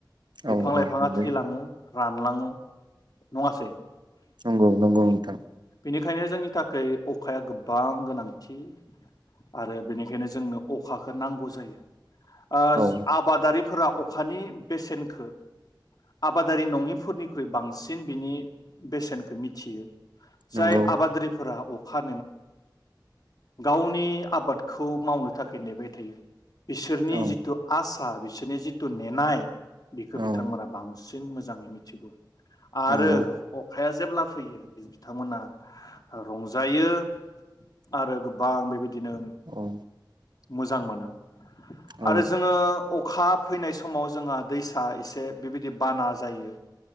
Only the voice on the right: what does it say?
औ
औ
नंगौ
नंगौ नंगौ। <inaudible>
औ
नंगौ
औ
औ
नंगौ
औ
औ